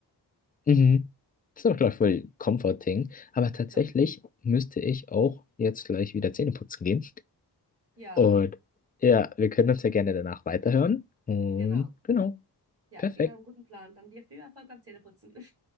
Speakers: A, on the left (about 20°); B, on the right (about 35°).
A: mhm, das ist auch, glaube ich, voll comforting, aber tatsächlich
B: Ja.
A: müsste ich auch jetzt gleich wieder Zähne putzen gehen.
B: Ja,
A: Und ja, wir können uns ja gerne danach weiterhören. Und
B: genau.
A: genau,
B: Ja,
A: perfekt.
B: klingt nach einem guten Plan. Dann dir viel Erfolg beim Zähneputzen. <laughs>